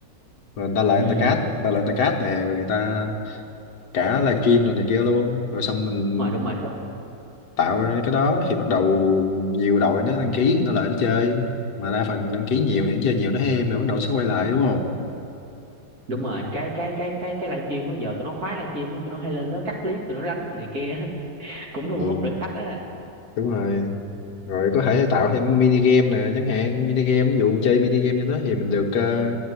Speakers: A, on the left; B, on the right.
A: rồi người ta lại
B: Ừ.
A: người ta cát người ta lại người ta cát nè rồi người ta cả livestream rồi này kia luôn rồi xong mình
B: Đúng rồi, đúng rồi.
A: tạo ra cái đó thì bắt đầu nhiều đội nó đăng ký nó lại nó chơi mà đa phần đăng ký nhiều thì nó chơi nhiều nó êm rồi bắt đầu nó sẽ quay lại đúng không
B: đúng rồi cái cái cái cái cái live stream á giờ tụi nó khoái live stream đó tụi nó hay lên đó cắt clip tụi nó đánh đồ này kia <laughs> cũng thu
A: Ừ,
B: hút được khách á
A: đúng rồi. rồi có thể tạo thêm mini game nè chẳng hạn mini game ví dụ chơi mini game cho đó thì mình được ờ,